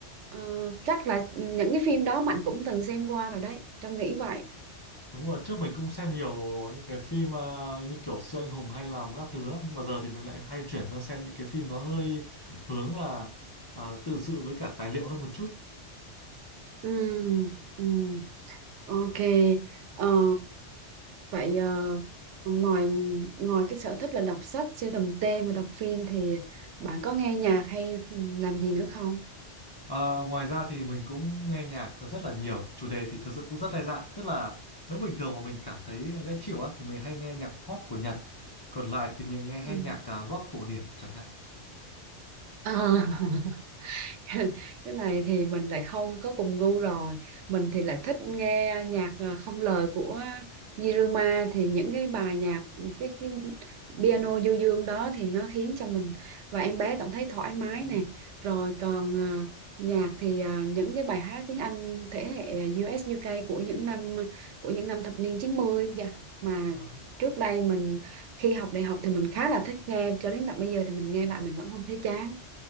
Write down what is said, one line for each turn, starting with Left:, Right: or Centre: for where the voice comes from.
Right: Ờ, chắc là những cái phim đó Mạnh cũng từng xem qua rồi đấy Trâm nghĩ vậy
Left: Đúng rồi, trước mình cũng xem nhiều những cái phim à, như kiểu siêu anh hùng hay là các thứ lắm nhưng mà giờ thì mình lại hay chuyển sang xem những cái phim nó hơi hướng là à, tự sự với cả tài liệu hơn một chút.
Right: ừ, ừ, ok Ờ, Vậy ờ, ngoài ngoài cái sở thích là đọc sách, sưu tầm tem và đọc phim thì bạn có nghe nhạc hay làm gì nữa không?
Left: À, ngoài ra thì mình cũng nghe nhạc rất là nhiều, chủ đề thì thực sự cũng rất đa dạng, tức là nếu bình thường mà mình cảm thấy dễ chịu á thì mình hay nghe nhạc pop của Nhật, còn lại thì mình nghe hay
Right: Ừ.
Left: nhạc à, rock cổ điển chẳng hạn.
Right: <laughs> À. <laughs> cái này thì mình lại không có cùng gu rồi mình thì lại thích nghe nhạc à, không lời của Niruma thì những cái bài nhạc cái cái piano du dương đó thì nó khiến cho mình và em bé cảm thấy thoải mái
Left: Ờ,
Right: nè rồi còn à, nhạc thì à, những cái bài hát tiếng Anh thế hệ US UK của những năm của những năm thập niên 90 dạ. mà
Left: ờ.
Right: trước đây mình khi học đại học thì mình khá là thích nghe cho đến tận bây giờ thì mình nghe lại mình vẫn không thấy chán